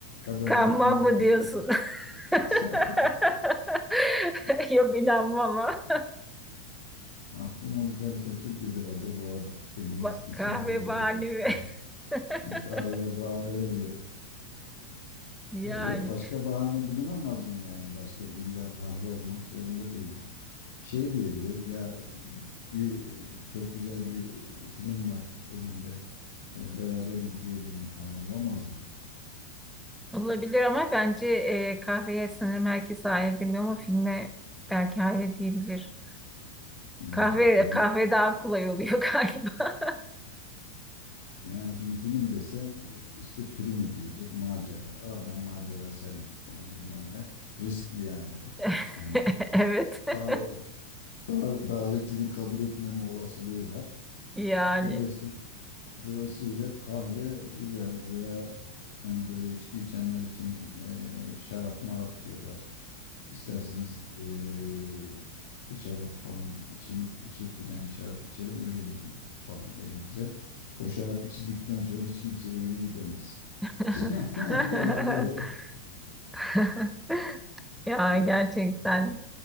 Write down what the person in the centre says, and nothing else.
Kanban
mı
diyorsun? <laughs>
Yok inanmam ama.
Ba- kahve
bahane mi?
<laughs>
Yani
olabilir ama bence e, kahveye sanırım herkes hayır demiyor ama filme belki hayır diyebilir.
Kahve
kahve daha kolay oluyor <laughs> galiba.
<laughs>
Evet. <laughs>
Yani.
<laughs>
<laughs> Ya
gerçekten